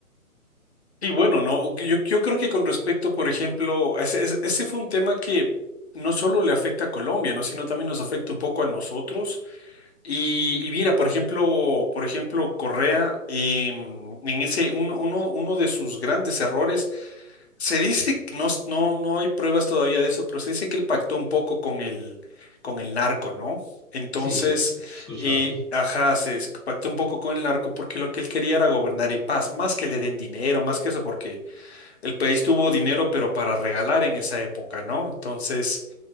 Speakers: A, on the left (about 50°); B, in the centre.
A: Y bueno, no, yo, yo creo que con respecto, por ejemplo, ese, ese ese fue un tema que no solo le afecta a Colombia, ¿no? Sino también nos afecta un poco a nosotros. Y, y mira, por ejemplo, por ejemplo, Correa, em, en ese, un- uno, uno de sus grandes errores Se dice, que- no, s- no, no hay pruebas todavía de eso, pero se dice que él pactó un poco con el, con el narco, ¿no? Entonces,
B: Sí, yo he escuchado,
A: eh, ajá, se, se pactó un poco con el narco porque lo que él quería era gobernar en paz, más que le den dinero, más que eso, porque el país tuvo dinero, pero para regalar en esa época, ¿no? Entonces,